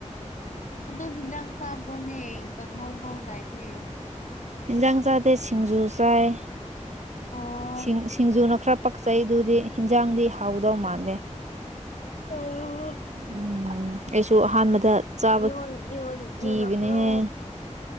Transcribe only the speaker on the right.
ꯍꯦꯟꯖꯥꯡ ꯆꯥꯗꯦ ꯁꯤꯡꯖꯨ ꯆꯥꯏ
ꯁꯤꯡꯁꯤꯡꯖꯨꯅ ꯈꯔ ꯄꯛꯆꯩꯗꯨꯗꯤ ꯍꯤꯟꯖꯥꯡꯗꯤ ꯍꯥꯎꯗꯧ ꯃꯥꯟꯗꯦ
ꯎꯝ ꯑꯩꯁꯨ ꯑꯍꯥꯟꯕꯗ ꯆꯥꯕ
ꯀꯤꯕꯅꯦꯍꯦ